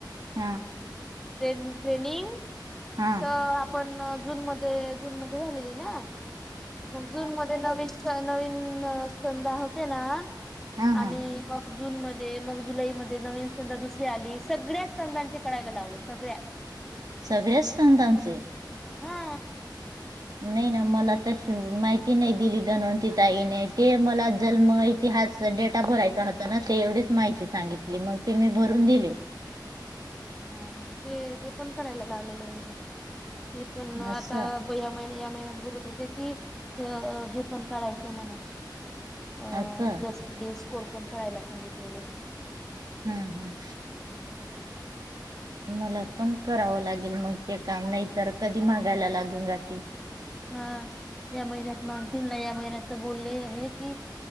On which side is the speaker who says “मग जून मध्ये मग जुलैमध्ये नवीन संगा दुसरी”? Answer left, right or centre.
Centre